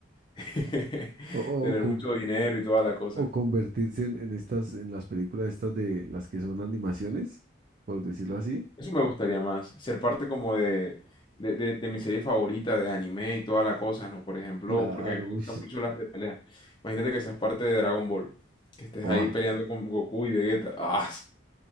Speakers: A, on the left (about 25°); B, on the right (about 45°).
A: <laughs>
B: O, o,
A: tener
B: o con-
A: mucho dinero y toda la
B: o-
A: cosa.
B: o convertirse en, en estas, en las películas estas de las que son animaciones, por decirlo así.
A: Eso me gustaría más, ser parte como de, de, de- de mi serie favorita de anime y toda la cosa, ¿no? Por ejemplo,
B: Claro,
A: porque a mí
B: uy.
A: me gustan mucho las de pelea. Imagínate que seas parte de Dragon Ball, que estés
B: Buah.
A: ahí peleando con Goku y Vegeta. ¡Ah!